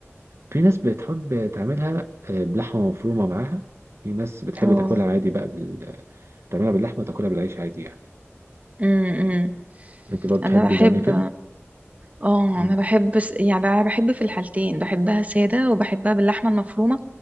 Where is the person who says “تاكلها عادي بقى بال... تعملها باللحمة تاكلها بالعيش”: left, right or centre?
Right